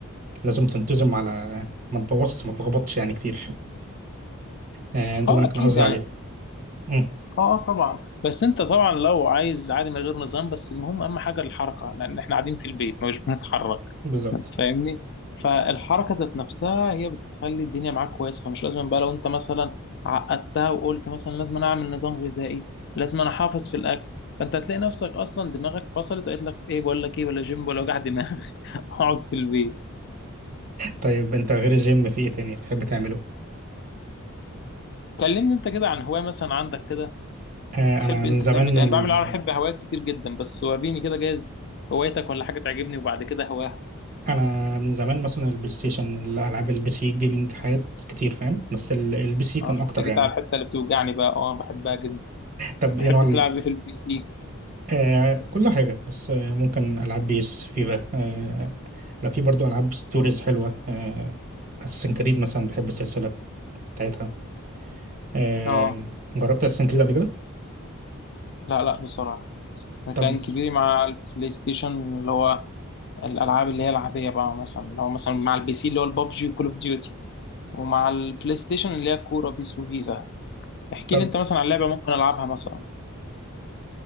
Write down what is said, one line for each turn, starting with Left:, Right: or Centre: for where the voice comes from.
Right: لازم تنتظم على ما تبوظش ما تلخبطش يعني كتير آه ده
Left: اه
Right: اللي انا كان
Left: اكيد
Right: قصدي
Left: يعني
Right: عليه مم،
Left: اه اه طبعا بس انت طبعا لو عايز عادي من غير نظام بس المهم اهم حاجه الحركه لان احنا قاعدين في البيت مش بنتحرك
Right: بالظبط
Left: فاهمني فالحركه ذات نفسها هي بتخلي الدنيا معاك كويسه فمش لازم بقى لو انت مثلا عقدتها وقلت مثلا لازم أنا اعمل نظام غذائي لازم انا احافظ في الاكل فانت هتلاقي نفسك اصلا دماغك فصلت وقالت لك ايه بقول لك ايه ولا جيم ولا وجع دماغ <laughs> اقعد في البيت
Right: طيب انت غير الجيم في ايه تاني بتحب تعمله
Left: كلمني انت كده عن هوايه مثلا عندك كده
Right: آه
Left: تحب
Right: انا من
Left: انت
Right: زمان
Left: تعمل ايه
Right: ال...
Left: انا بعمل انا بحب هوايات كتير جدا بس وريني كده جايز هوايتك ولا حاجه تعجبني وبعد كده هواها
Right: انا من زمان مثلا البلاي ستيشن الالعاب البي سي جيمنج حاجات كتير فاهم بس ال- البي سي كان
Left: اه انت
Right: اكتر يعني
Left: جيت على الحته اللي بتوجعني بقى اه بحبها جدا
Right: طب
Left: تحب
Right: ايه نوع ال...
Left: تلعب إيه في البي سي
Right: آه كل حاجه بس آه ممكن العاب بيس فيفا آه لا في برضو العاب ستوريز حلوه آه اساسن كريد مثلا بحب السلسله بتاعتها آه
Left: اه
Right: جربت اساسن كريد قبل كده
Left: لا لا بصراحه مكان
Right: طب
Left: كبير مع البلاي ستيشن اللي هو الالعاب اللي هي العاديه بقى مثلا اللي هو مثلا مع البي سي اللي هو البابجي وكول اوف ديوتي ومع البلاي ستيشن اللي هي الكوره بيس وفيفا احكي
Right: طب
Left: لي انت مثلا عن لعبه ممكن العبها مثلا